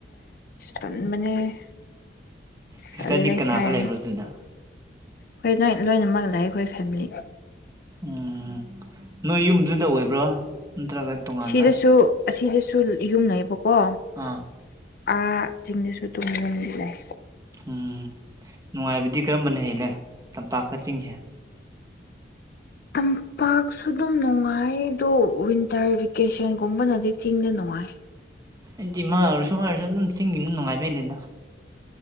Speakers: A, on the left; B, on the right.
A: ꯇꯟꯃꯅꯤ
B: ꯁꯤꯁꯇꯔꯗꯤ
A: ꯇꯂꯦ
B: ꯀꯅꯥꯒ
A: ꯍꯥꯏꯅ
B: ꯂꯩꯕ꯭ꯔꯣ ꯑꯗꯨꯗ
A: ꯑꯩꯈꯣꯏ ꯅꯣꯏ ꯂꯣꯏꯅꯃꯛ ꯂꯥꯛꯑꯦ ꯑꯩꯈꯣꯏ ꯐꯦꯃꯤꯂꯤ
B: ꯎꯝ ꯅꯣꯏ ꯌꯨꯝꯗꯨꯗ ꯑꯣꯏꯕ꯭ꯔꯣ ꯅꯠꯇ꯭ꯔꯒ ꯇꯣꯉꯥꯟꯅ
A: ꯁꯤꯗꯁꯨ ꯑꯁꯤꯗꯁꯨ ꯌꯨꯝ ꯂꯩꯩꯕꯀꯣ
B: ꯑꯥ
A: ꯑꯥ ꯆꯤꯡꯗꯁꯨ ꯇꯨꯡꯕ ꯌꯝꯗꯤ ꯂꯩ
B: ꯎꯝ ꯅꯨꯡꯉꯥꯏꯕꯗꯤ ꯀꯔꯝꯕꯅ ꯍꯂꯦ ꯇꯝꯄꯥꯛꯀ ꯆꯤꯡꯁꯦ
A: ꯇꯝꯄꯥꯛꯁꯨ ꯑꯗꯨꯝ ꯅꯨꯡꯉꯥꯏꯗꯣ ꯋꯤꯟꯇꯔ ꯚꯦꯀꯦꯁꯟꯒꯨꯝꯕꯅꯗꯤ ꯆꯤꯡꯅ ꯅꯨꯡꯉꯥꯏ
B: ꯏꯗꯤꯃꯥꯔꯁꯨꯨꯝꯃꯔꯁꯨ ꯑꯗꯨꯝ ꯆꯤꯡꯒꯤꯅ ꯅꯨꯡꯉꯥꯏꯕꯗꯦꯗ